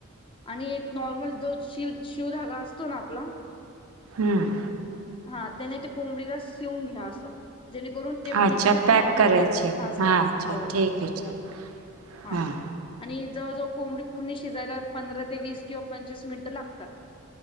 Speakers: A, on the left; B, on the right.
A: आणि एक नॉर्मल जो शिर शिवधागा असतो ना आपला
B: हम्म.
A: आ त्याने त्या कोंबडीला शिवून घ्या असं जेणेकरून ते मिक्सर
B: अच्छा पॅक
A: बाहेर नई
B: करायची
A: पडणार भाजताना
B: हा अच्छा
A: हौ
B: ठीक आहे
A: हो
B: ठीक
A: हा
B: हां
A: आणि जवळजवळ कोंबडी पूर्णी शिजायला पंधरा ते वीस किंवा पंचवीस मिनिटं लागतात.